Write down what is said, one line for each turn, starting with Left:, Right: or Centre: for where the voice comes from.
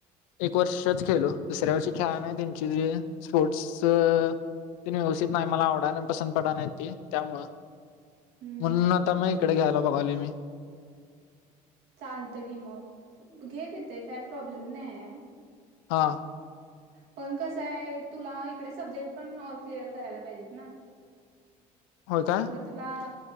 Left: एक वर्षच खेळलो दुसऱ्या वर्षी खेळा नाही त स्पोर्ट्स. तेन व्यवस्थित नाही मला आवडाय नाही पसंत पडाय नाही त त्यामुळं.
Right: हम्म
Left: म्हणून
Right: हम्म
Left: आता मी इकडे घ्यायला बघा आलोय मी.
Right: चालतं की मग घे तिथे काय प्रॉब्लेम नाही हाय.
Left: हा.
Right: पण कसंय तुला इकडे सब्जेक्ट पण ऑल क्लिअर करायला पाहिजेत ना.
Left: होय
Right: मग
Left: काय
Right: पुढं तुला